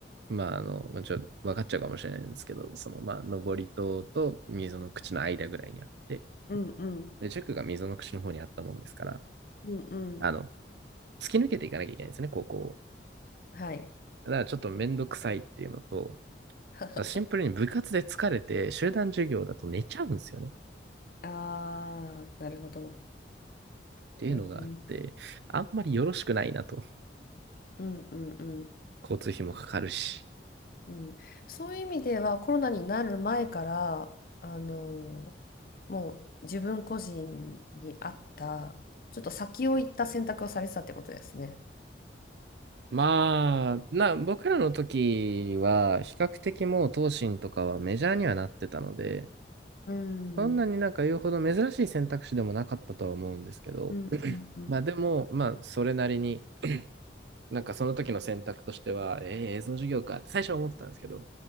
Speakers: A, on the right (about 65°); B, on the left (about 50°).
A: まあ、あの、ちょっと分かっちゃうかもしれないんですけど、その、まあ、登り戸と溝の口の間ぐらいにあって、
B: うんうん。
A: で、塾が溝の口の方にあったもんですから、
B: うんうん。
A: あの、突き抜けていかなきゃいけないんですよね、高校を。
B: はい。
A: だからちょっとめんどくさいっていうのと、
B: <laughs>
A: シンプルに部活で疲れて、集団授業だと寝ちゃうんですよね。っ
B: ああ、なるほど。
A: ていうのがあって、
B: えー
A: あんまりよろしくないなと。
B: うんうんうん。
A: 交通費もかかるし。
B: うん、そういう意味ではコロナになる前からあのもう自分個人に合ったちょっと先を行った選択をされてたってことですね。
A: まあ、な、僕らの時は、比較的もう、東進とかはメジャーにはなってたので、
B: うん、
A: そんなになんか言うほど珍しい選択肢でもなかったとは思うんですけど、
B: うんうんうん
A: <clears throat> まあでも、まあ、それなりに、なんかその時の選択としては、えー、映像授業かって最初は思ってたんですけど、